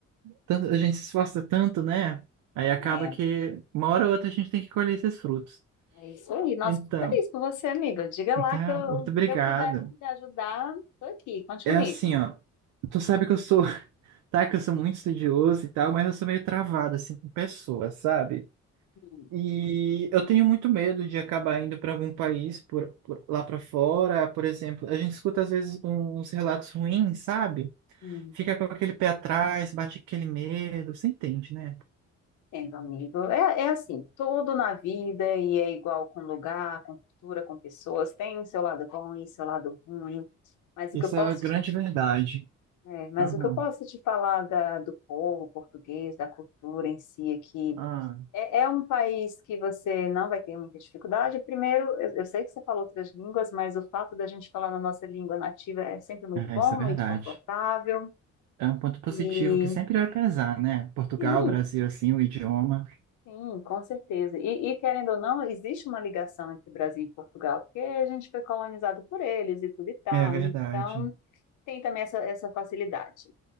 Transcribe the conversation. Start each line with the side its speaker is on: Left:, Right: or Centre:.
Right: Tanto, a gente se esforça tanto, né? Aí acaba
Left: É,
Right: que uma hora ou outra a gente tem que colher esses frutos.
Left: é isso aí. Nossa,
Right: Então,
Left: fico feliz por você, amiga. Diga lá
Right: tá,
Left: que eu,
Right: muito obrigado.
Left: que eu puder lhe ajudar, tô aqui. Conte
Right: É
Left: comigo.
Right: assim, ó. Tu sabe que eu sou, <laughs> tá? Que eu sou muito estudioso e tal, mas eu sou meio travado, assim, com pessoas, sabe?
Left: Hum.
Right: E eu tenho muito medo de acabar indo para algum país por, por- lá para fora, por exemplo. A gente escuta às vezes uns relatos ruins, sabe?
Left: hum.
Right: Fica com aquele pé atrás, bate aquele medo, você entende, né?
Left: Entendo, amigo. É, é assim, tudo na vida e é igual com lugar, com cultura, com pessoas, tem o seu lado bom e seu lado ruim. Mas o
Right: Isso
Left: que eu posso
Right: é a grande
Left: te,
Right: verdade.
Left: é, mas
Right: Aham,
Left: o que eu posso te falar da- do povo português, da cultura em si aqui,
Right: ah
Left: é, é um país que você não vai ter muita dificuldade. Primeiro, eu, eu sei que você falou outras línguas, mas o fato da gente falar na nossa língua nativa é sempre muito
Right: É,
Left: bom,
Right: isso é verdade.
Left: muito confortável.
Right: É um ponto positivo
Left: E
Right: que sempre vai pesar, né? Portugal,
Left: sim,
Right: Brasil, assim, o idioma.
Left: Sim, com certeza. E, e, querendo ou não, existe uma ligação entre Brasil e Portugal, porque a gente foi colonizado por eles e tudo e tal.
Right: É verdade.
Left: Então, tem também essa, essa facilidade.